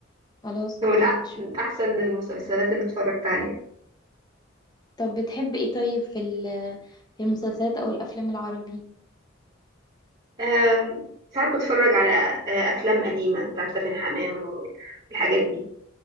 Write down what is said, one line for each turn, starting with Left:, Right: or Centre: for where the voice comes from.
Left: خلاص
Right: من
Left: ممكن
Right: أ...
Left: نشوف
Right: من أحسن المسلسلات اللي اتفرجت عليها
Left: طب بتحب ايه طيب في ال- في المسلسلات او الافلام العربي
Right: أم... ساعات بتفرج على آه، أفلام قديمة بتاعت فاتن حمامة وال- والحاجات دي